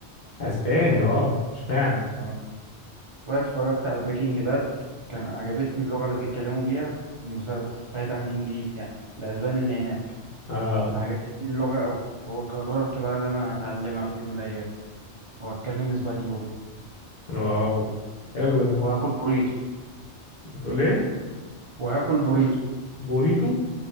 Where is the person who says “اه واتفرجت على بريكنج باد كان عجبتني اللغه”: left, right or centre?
Right